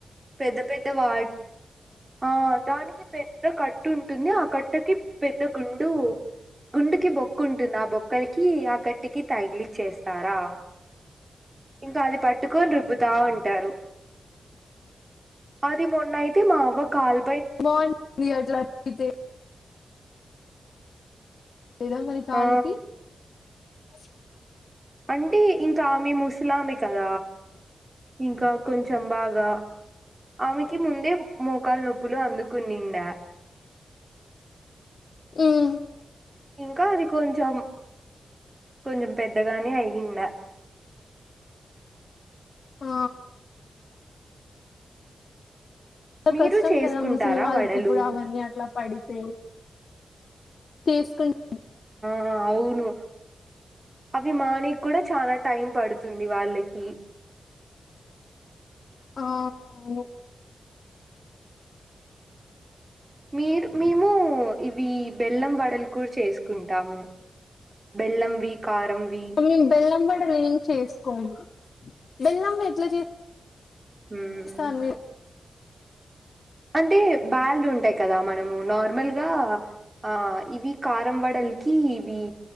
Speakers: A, on the right; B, on the left.
A: పెద్ద పెద్ద వాట్ ఆ దానికి పె ద్ద కట్టు ఉంటుంది ఆ కట్టటుకి పెద్ద గుండు గుండుకి బొక్కుం టుంది ఆ బొక్కలకి ఆ టికి తాగిలి చేస్ స్తారా ఇంకా అది పట్టుకొని రుబ్బతా ఉంటారు అది మొన్న అయితే మా అవ్వ కాల్
B: బాగుంటుంది అట్లాయితే లేదా మరి కాల్
A: ఆ
B: కి అ
A: అంటే ఇంకా ఆమె ముసలమే కద ఇంకా కొంచెం బాగా ఆమెకి ముందే మోకాలు నొప్పులు అందుకునిండా
B: హ్మ్
A: ఇంకా అది కొంచం కొంచెం పెద్దగానే అయ్యిండ
B: ఆ
A: మీరు
B: కష్టం
A: చేసుకుంటారా
B: కదా ముసిలి వాళ్ళకి
A: వడలు
B: ఇప్పుడు అవన్నీ అట్లా పడితేే చేస్కుం. <unintelligible>
A: ఆ అవును అవి మానేకి కూడా చానా టైం పడుతుంది వాళ్ళకి
B: ఆ అవును
A: మీరు మేము ఇవి బెల్లం వడలు కూడా చేసుకుంటాము బెల్లంవి కారంవి
B: మేము బెల్లం వడలు ఏం చేసుకోము బెల్లంవి ఎట్లా చే
A: మ్మ్
B: స్తారు మీరు
A: అంటే బ్యాళ్లు ఉంటాయి కదా మనము నార్మల్గా ఆ ఇవి కారం వడలకి ఇవి